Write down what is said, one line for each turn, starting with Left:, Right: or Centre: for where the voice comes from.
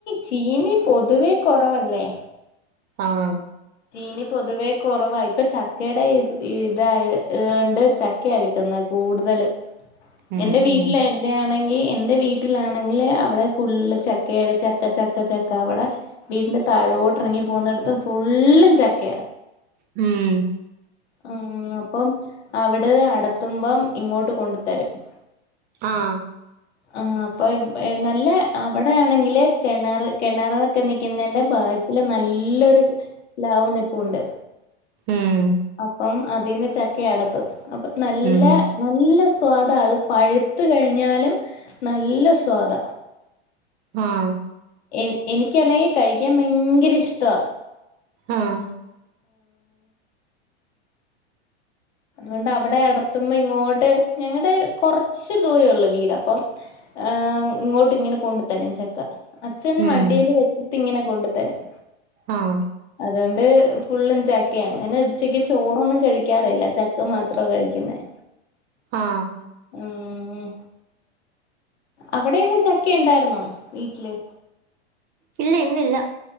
Left: ചീനി പൊതുവേ കുറവല്ലേ
Right: ആഹ്
Left: ചീനി പൊതുവേ കുറവാ ഇപ്പൊ ചക്കയുടെ ഇതായി ഇതൊണ്ട് ച കിട്ടുന്ന കൂടുതല്
Right: ഉം
Left: എന്റെ
Right: ഉം
Left: വീട്ടില ആണെങ്കിൽ എന്റെ വീട്ടിലാണെങ്കില് അവിടെ ഫുള്ള് ചക്കയുടെ ചക്ക ചക്ക ചക്ക അവിടെ വീടിന്റെ താഴോട്ട് ഇറങ്ങി പോകുന്നിടത്ത് ഫുള്ളും ചക്കയാ
Right: ഉം
Left: ഉം അപ്പം അവിടെ അടത്തുമ്പം ഇങ്ങോട്ട് കൊണ്ടു തരും <inaudible>
Right: ആഹ്
Left: ആ ഹ്അപ്പൊ നല്ല അവിടെയാണെങ്കില് കിണർ കിണറൊക്കെ നിക്കുന്നതിന്റെ ബാക്കില് നല്ലൊരു പ്ലാവ് പൂണ്ട്
Right: ഉം
Left: അപ്പം അതിന്ന് ചക്ക അടത്തും അപ്പൊ നല്ല
Right: ഉം
Left: നല്ല സ്വാദാ അത് പഴുത്ത് കഴിഞ്ഞാലും നല്ല സ്വാദ
Right: ആഹ്
Left: എ എനിക്കാണെങ്കിൽ കഴിക്കാൻ ഭയങ്കര ഇഷ്ട
Right: ആഹ്
Left: അതുകൊണ്ട് അവിടെ അടത്തുമ്പോ ഇങ്ങോട്ട് ഞങ്ങളടെ കുറച്ച് ദൂരം ഉള്ളു വീട് അപ്പം ആഹ് ഇങ്ങോട്ട് ഇങ്ങനെ കൊണ്ടു തരും ചക്ക അച്ഛൻ
Right: ഉം
Left: വണ്ടിയില് വെച്ചിട്ട് ഇങ്ങനെ കൊണ്ടു തരും
Right: ആഹ്
Left: അതുകൊണ്ട് ഫുള്ളും ചക്ക അങ്ങനെ ഉച്ചക്ക് ചോറൊന്നും കഴിക്കാറില്ല ചക്ക മാത്ര കഴിക്കുന്നേ
Right: ആഹ്
Left: ആഹ് അവിടെന്ന് ചക്ക ഉണ്ടായിരുന്നോ വീട്ടില്
Right: ഇല്ല ഇന്നില്ല